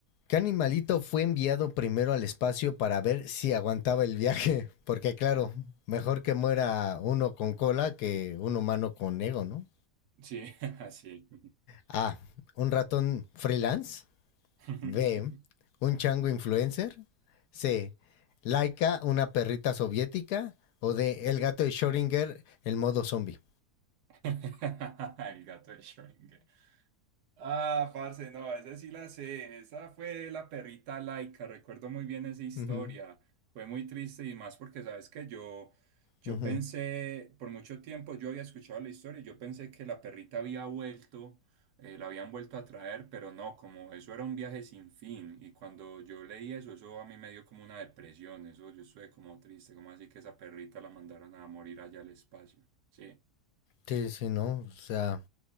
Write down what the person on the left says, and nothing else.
¿Qué animalito fue enviado primero al espacio para ver si aguantaba el viaje? <laughs> Porque claro, mejor que muera uno con cola que un humano con ego, ¿no?
A. Un ratón freelance.
B, un chango influencer. C, Laika, una perrita soviética. O D,
el gato de Schrödinger, el modo zombie.
Ujú.
Ujú.
Sí, sí, ¿no? O sea,